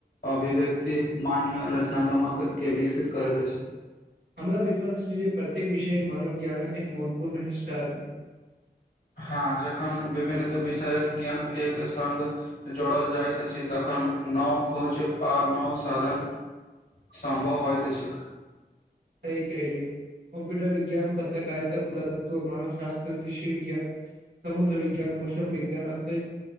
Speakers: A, on the left; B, on the right.
A: अभिव्यक्ति। माननीय रचनात्मक के विकसित करैत अछि।
B: हमरा विश्वास अछि जे प्रत्येक विषय मानव ज्ञानक एक महत्वपूर्ण हिस्सा अछि।
A: हँ जखन विभिन्न विषयक ज्ञान एक सङ्ग जोड़ल जाइत अछि तखन नव खोज आ नव साधन सम्भव होइत अछि।
B: स कलियै कम्प्यूटर विज्ञान पत्रकारित पुरात्व मानव शास्त कृषि विज्ञान समुद्र विज्ञान मौसम विज्ञान अंत